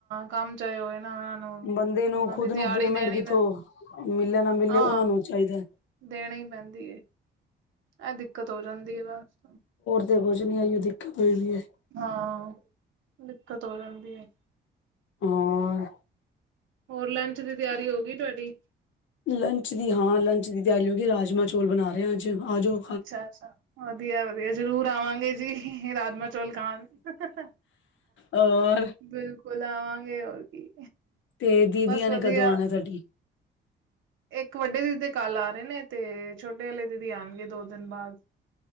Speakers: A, on the right (about 75°); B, on the left (about 70°).
A: ਕੰਮ ਚਾਏ ਹੋਏ ਨਾ ਨੂੰ
B: ਬੰਦੇ ਨੂੰ
A: ਉਹਨਾਂ
B: ਖੁਦ
A: ਦੀ
B: ਨੂੰ
A: ਦਿਹਾੜੀ
B: ਪੇਮੈਂਟ
A: ਦੇਣੀ
B: ਕਿੱਥੋਂ,
A: ਪੈਂਦੀ
B: ਮਿਲੇ ਨਾ ਮਿਲੇ
A: ਹਾਂ
B: ਉਹਨਾ ਨੂੰ ਚਾਹੀਦਾ।
A: ਦੇਣੀ ਹੀ ਪੈਂਦੀ, ਇਹ ਦਿੱਕਤ ਹੋ ਜਾਂਦੀ ਹੈ ਬਸ।
B: ਦੇ ਕੁਝ ਨਹੀਂ ਆਈਓ <unintelligible>
A: ਹਾਂ, ਦਿੱਕਤ ਹੋ ਜਾਂਦੀ ਹੈ
B: ਹਮ
A: ਹੋਰ ਲੰਚ ਦੀ ਤਿਆਰੀ ਹੋ ਗਈ ਤੁਹਾਡੀ?
B: ਲੰਚ ਦੀ ਹਾਂ ਲੰਚ ਦੀ ਤਿਆਰੀ ਹੋ ਗਈ ਹੈ ਰਾਜਮਾਂ ਚੋਲ ਬਣਾ ਲ਼ਏ ਹਾਂ ਅੱਜ ਤੇ ਆਜੋ।
A: ਅੱਛਾ-ਅੱਛਾ ਵਧੀਆ-ਵਧੀਆ ਜ਼ਰੂਰ ਆਵਾਂਗੇ ਜੀ ਰਾਜਮਾ ਚੋਲ ਖਾਨ, ਬਿਲਕੁਲ
B: ਔਰ
A: ਬਿਲਕੁਲ ਆਵਾਂਗੇ ਹੋਰ ਕੀ
B: ਤੇ ਦੀਦੀਆਂ
A: ਬਸ ਵਧੀਆ
B: ਨੇ ਕਦੋਂ ਆਉਣਾ ਤੁਹਾਡੀ?
A: ਇੱਕ ਵੱਡੇ ਦੀਦੀ ਦੇ ਕੱਲ ਆ ਰਹੇ ਨੇ ਤੇ ਛੋਟੇ ਵਾਲੇ ਦੀਦੀ ਆ ਆਗੇ ਦੋ ਦਿਨ ਬਾਅਦ,